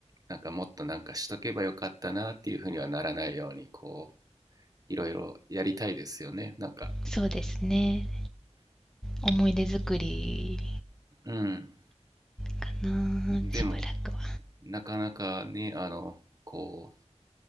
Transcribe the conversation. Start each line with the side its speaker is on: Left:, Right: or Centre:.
Right: なんかもっとなんかしとけばよかったなっていうふうにはならないように、こう、いろいろやりたいですよね。なんか、
Centre: そうですね。思い出作り
Right: うん。
Centre: かなしばらくは
Right: でも、なかなかね、あの、こ